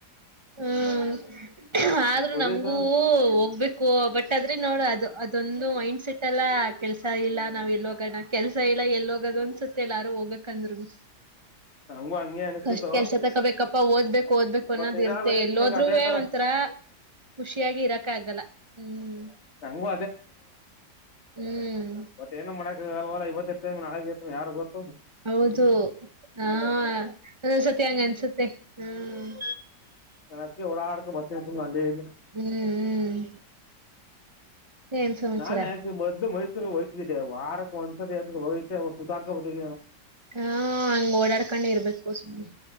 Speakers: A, on the right; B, on the left.
A: ಹ್ಮ್ ಆದ್ರೂ
B: ಒಂದು ಪೊಸಿಷನ್
A: ನಮ್ಗೂ ಹೋಗ್ಬೇಕು ಬಟ್ ಅ ಆದ್ರೆ ನೋಡ ಅದು ಅದು ಇದೊಂದು ಮೈಂಡ್ ಸೆಟ್ ಅಲ್ಲ ಕೆಲ್ಸ ಇಲ್ಲ ನಾವ್ ಎಲ್ಲಿಗೋಣ ಕೆಲಸ ಇಲ್ಲ ಎಲ್ಲಿಗೋದು ಅನ್ಸುತ್ತೆ ಎಲ್ಲಾರು ಹೋಗ ಂದರುನೂ
B: ನನಗೂ ಹಂಗೆ ಅನಿಸ್ತಿತ್ತು
A: ಪಷ್ಟ್ ಕೆಲ್ಸ ತಕೋಬೇಕಪ್ಪಾ ಓದ್ಬೇಕು ಓದ್ಬೇಕು ಅನ್ನೋದ
B: ಬಟ್ ಇರೋ
A: ಇರುತ್ತೆ
B: ಲೈಫ್
A: ಎಲ್ಲೋದ್ರೂ
B: ನಿಂಗೆ ಅದೇ ಥರ
A: ಒಂಥರ ಖುಷಿಯಾಗಿ ಇರಕ ಆಗಲ್ಲ ಹ್ಮ್
B: ನನಗೂ
A: ಹ್ಮ್
B: ವಟ್ಟ್ ಏನು ಮಾಡಕ್ ಅಗಲ್ವಲ್ಲ ಇವತ್ತು ಇರ್ತ ನಾಳ ಇರತವ ಯಾರ ಗೊತ್ತ್
A: ಹೌದು ಹ ಒಂದ್ ಒಂದ್ ಸತಿ ಹಂಗ ಅನ್ಸತಿ ಹ್ಮ್
B: ನನ ಅದಕ್ಕೆ ಹ ಓಡಾಡಿಕೊಂಡು ಬರ್ತೀನಿ ಅಲ್ಲಿ ಇಲ್ಲಿ
A: ಹ್ಮ್ ಹ್ಮ್ ಏನ್ ಸಮಾಚಾರ
B: ನಾನ್ ಆಕ್ ಮೊದಲು ಮೈಸೂರಿಗೆ ಹೋಗ್ತಿದ್ದೆ ವಾರಕ್ ಒಂದ್ಸತಿ ಎರ ಹೋಯಿತೇ ಸುತ್ತಾಡಿಕೊಂಡು ಬರ್ತಾ ಇದೀನಿ ನಾನು
A: ಹಾ ಹಂಗ್ ಓಡಾಡ್ಕೊಂಡೆ ಇರ್ಬೇಕು ಸುಮ್ನೆ ರಿ